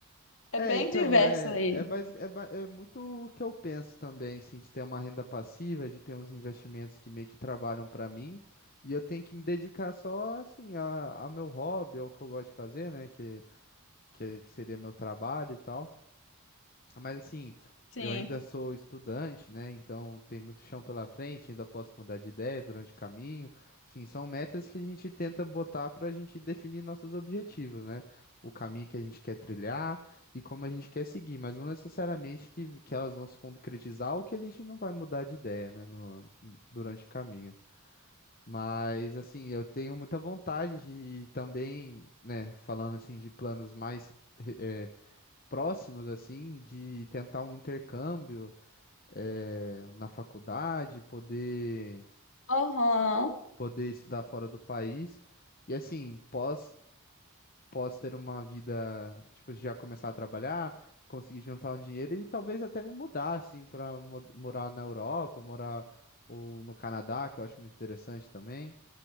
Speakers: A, on the left (about 60°); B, on the left (about 40°).
A: é
B: É,
A: bem
B: então,
A: diverso
B: é,
A: aí.
B: é, basi- é, ba- é muito o que eu penso também, assim, de ter uma renda passiva, de ter uns investimentos que meio que trabalham pra mim, e eu tenho que me dedicar só, assim, a- ao meu hobby, ao que eu gosto de fazer, né, que, que, que seria meu trabalho e tal. Mas assim,
A: Sim.
B: eu ainda sou estudante, né? Então tem muito chão pela frente, ainda posso mudar de ideia durante o caminho. Sim, são metas que a gente tenta botar para a gente definir nossos objetivos, né? O caminho que a gente quer trilhar e como a gente quer seguir, mas não necessariamente que, que elas vão se concretizar ou que a gente não vai mudar de ideia, né? No, durante o caminho. Mas assim, eu tenho muita vontade de também, né? Falando assim de planos mais eh, próximos, assim, de tentar um intercâmbio, é, na faculdade, poder,
A: Aham.
B: poder estudar fora do país. E assim, pós, pós ter uma vida, tipo, já começar a trabalhar, conseguir juntar um dinheiro e talvez até me mudar, assim, para morar na Europa, morar ou no Canadá, que eu acho muito interessante também.